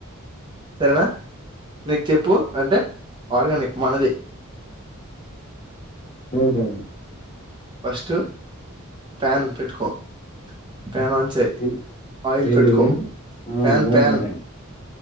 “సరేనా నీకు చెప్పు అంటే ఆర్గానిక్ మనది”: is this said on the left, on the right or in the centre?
Right